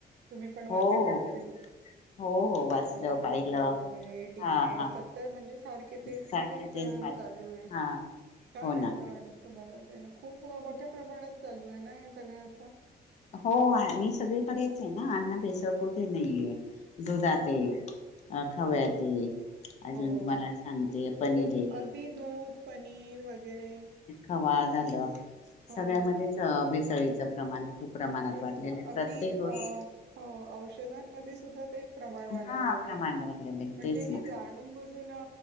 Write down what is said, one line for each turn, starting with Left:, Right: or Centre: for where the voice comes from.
Right: तुम्ही पण
Left: हो
Right: वाचलं
Left: हो
Right: असेल?
Left: हो हो
Right: वर्तमानपत्रात
Left: वाचलं पाहिलं
Right: वगैरे, टी
Left: हा
Right: व्ही वर,
Left: हा
Right: सतत, म्हणजे सारखे ते
Left: सारखे
Right: तेच
Left: बात
Right: चालू ये,
Left: हा
Right: काय
Left: हो
Right: वाटत
Left: ना
Right: मॅडम तुम्हाला पण, खूप मोठ्या प्रमाणात चालू आहे ना, हे सगळं आता.
Left: हो, आणि सगळीकडेच आहे ना, अन्न भेसळ कुठे नाहीये, दुधात
Right: तेच
Left: ये
Right: ना
Left: खाव्यात ये अजून
Right: हो
Left: तुम्हाला सांगते, पनीर
Right: दूध
Left: ये
Right: अगदी दूध पनीर वगैरे
Left: हवाळ झालं,
Right: हो
Left: सगळ्यामध्येच भिसळीचं प्रमाण खूप प्रमाणात
Right: तेच
Left: वाढलेले
Right: ना, अगदी
Left: प्रत्येक
Right: अ
Left: गोष्ट
Right: औषधांमध्ये सुद्धा ते प्रमाण
Left: हा
Right: वाढाय लागलय,
Left: प्रमाण वाढलेलं आहे
Right: म्हणजे
Left: तेच ना
Right: हे जाणून भू जून